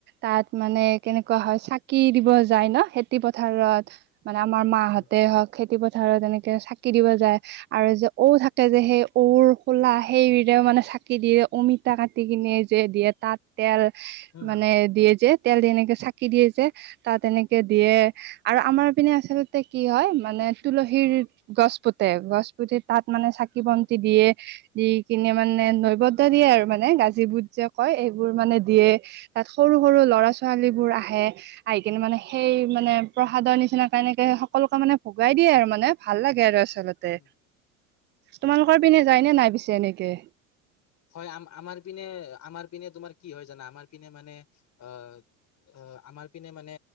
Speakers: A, on the right; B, on the left.
A: তাত মানে কেনেকুৱা হয় চাকি দিব যায় ন, খেতি পথাৰত মানে আমাৰ মাহঁতে
B: উম,
A: হওক খেতি পথাৰত এনেকে চাকি দিব যায়। আৰু যে ঔ থাকে যে সেই ঔৰ খোলা সেইৰেও মানে চাকি দিয়ে অমিতা কাটি কিনে যে দিয়েত তাত তেল
B: উম,
A: মানে দিয়ে যে তেল দি এনেকে চাকি দিয়ে যে তাত এনেকে দিয়ে আৰু আমাৰ পিনে আচলতে কি হয় মানে তুলসীৰ গছ পোতে গছ পুতি তাত মানে চাকি বন্তি দিয়ে দি কিনে মানে নৈবদ্য দিয়ে আৰু মানে গাজী বুট যে কয় এইবোৰ মানে দিয়ে। তাত সৰু- সৰু ল'ৰা- ছোৱালীবোৰ আহে। আহি কিনে মানে সেই মানে প্ৰসাদৰ নিচিনাকে এনেকে সকলোকে মানে ভগাই দিয়ে আৰু মানে ভাল লাগে আৰু আচলতে
B: উম, হয়।
A: তোমালোকৰ পিনে যায় নে নাই পিছে এনেকে?
B: হয় আম- আমাৰ পিনে -আমাৰ পিনে তোমাৰ কি হয় জানা আমাৰ পিনে মানে অ, অ, আমাৰ পিনে মানে